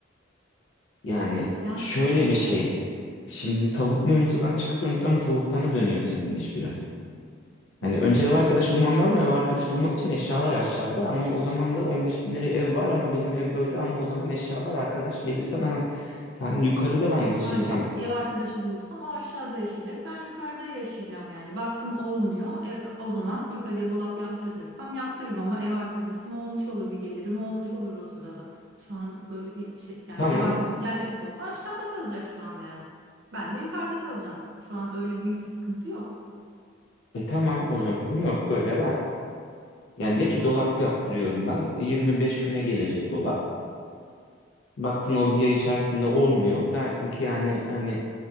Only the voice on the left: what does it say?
yani
şöyle
bir
şey. Şimdi tavuk mu yumurtadan çıkar yumurta mı tavuktan dönüyor senin iş biraz. Hani
önce
ev arkadaşı
bulmam
lazım. Ev arkadaşı bulmak için eşyalar aşağıda ama o zaman da 15 bin liraya ev var ama benim ev böyle ama o zaman eşyalar arkadaş gelirse ben sen yukarıda ben yaşayacağım.
Tamam.
E tamam o zaman yok böyle ver. Yani de ki dolap yaptırıyorum ben. 25 güne gelecek dolap. Baktın o bir ay içerisinde olmuyor. Dersin ki yani hani